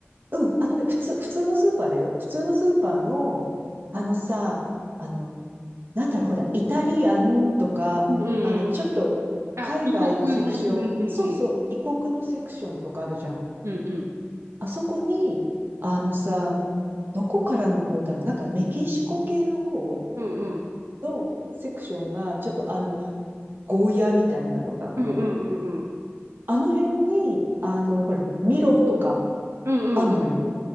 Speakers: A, on the right; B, on the right.
A: うん。あのね、普通、普通のスーパーだよ。普通のスーパーの、あのさ、あの、なんだろう、ほら、イタリアンとか、
B: うんうんうんうん。
A: あの、ちょっと、
B: あ、
A: 海外のセクション、
B: 異国の、うんうんうん。
A: そうそう、異国のセクションとかあるじゃん。
B: うんうん。
A: あそこに、あのさ、どこからの方だろうなんかメキシコ系の方
B: うんうん。
A: のセクションが、ちょっとあの、ゴーヤーみたいなのがこう、
B: うんうんうんうん。
A: あの辺に、あの、ほら、ミロとか
B: うんうんうん。
A: あんのよ。